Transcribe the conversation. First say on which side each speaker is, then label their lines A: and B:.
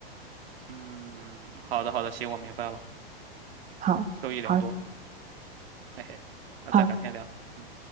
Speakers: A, on the right (about 75°); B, on the right (about 25°).
A: 嗯，好的好的，行，我明白了，
B: 好，
A: 受益良多，
B: 好，
A: 嘿嘿，那再改天聊。
B: 好。
A: 嗯。